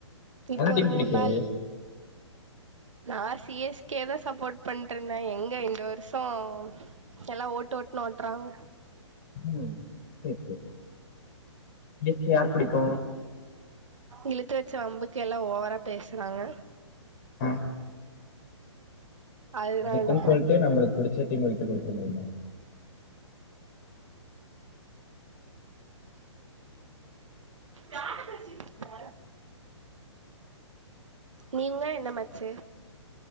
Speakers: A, on the right; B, on the left.
A: இப்ப
B: நல்ல டீம்
A: ஒரு
B: பிடிக்கும்
A: மூன் நாள் நா சி எஸ் கே தா சப்போர்ட் பண்ட்ருந்தே. எங்க இந்த வருஷோ எல்லா ஓட்டு ஓட்டுன்னு ஓட்டுறாங்க
B: ம் சேரி சேரி சி எஸ் கே யார் புடிக்கு
A: இழுத்து வெச்சு வம்புக்கு எல்லா ஓவரா பேசுறாங்க‌
B: ஆ
A: அதனால
B: அதுக்குன்
A: தா
B: சொல்ட்டு நம்மளுக்கு புடிச்ச டீம்ம விட்டு குடுத்தற முடியுமா
A: ஜாட பேசிட்டு நீங்க என்ன மாச்சு